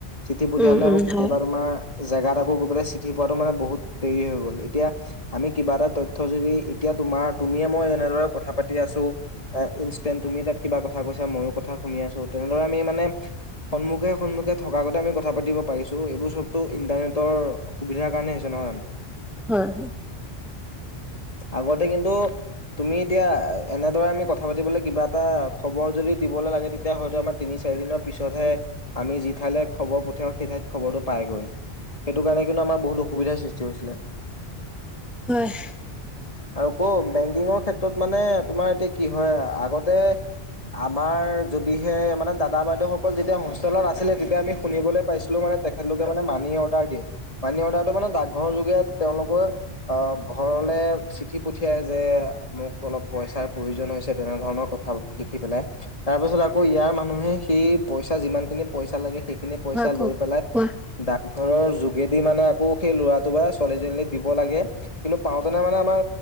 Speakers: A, on the left; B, in the centre.
A: চিঠি পঠিয়াও
B: উম
A: তে
B: উম
A: আকৌ কেতিয়াবা
B: হয়
A: তোমাৰ, জেগাত আকৌ গৈ পেলাই চিঠি পোৱাটো মানে বহুত দেৰি হৈ গ'ল। এতিয়া আমি কিবা এটা তথ্য যদি এতিয়া, তোমাৰ তুমিয়ে মই যেনেদৰে কথা পাতি আছো, এ ইনেন্ট তুমি তাত কিবা কথা কৈছা ময়ো কথা শুনি, আছো তেনেদৰে আমি মানে, সন্মুখে সন্মুখে থকাৰ আগতে আমি কথা পাতি পাৰিছো, এইবোৰ চবতটো ইণ্টাৰনেটৰ সুবিধাৰ কাৰণে হৈছে নহয়। হয়।
B: হয় হয়।
A: আগতে কিন্তু তুমি এতিয়া এনেদৰে আমি কথা পাতিবলে কিবা এটা খবৰ যদি দিবলে লাগে তেতিয়া হয়তো আমাৰ তিনি চাৰি দিনৰ পিছতহে আমি যি ঠাইলৈ খবৰ পঠিয়াও সেই ঠাইত খবৰটো পাইগৈ সেইটো কাৰণে কিন্তু আমাৰ বহুলো সুবিধাৰ সৃষ্টি হৈছিলে
B: হয়
A: আৰু ক বেংকিঙৰ ক্ষেত্ৰত মানে তোমাৰ এতিয়া কি হয় আগতে আমাৰ যদিহে মানে দাদা বাইদেউসকল যেতিয়া হোষ্টেলত আছিলে তেতিয়া আমি শুনিবলে পাইছিলো মানে তেখেতলোকে মানে মানি অৰ্ডাৰ দিয়ে মানি অৰ্ডাৰটো মানে ডাকঘৰ টোগে তেওঁলোকো অ', ঘৰলে চিঠি পঠিয়াই যে মোক অলপ পইচাৰ প্ৰ প্ৰয়োজন হৈছে তেনেধৰণৰ কথা লিখি পেলাই তাৰপাছত আকৌ ইয়াৰ মানুহে সেই পইচা যিমান খিনি পইচা লাগে সেইখিনি পইচা
B: হয় কওক
A: লৈ পেলাই
B: কোৱা
A: দা ঘৰৰ যোগেদি মানে আকৌ সেই ল'ৰাটো বা ছোৱালীজনীলৈ দিব লাগে কিন্তু পাওঁতেনে মানে আমাৰ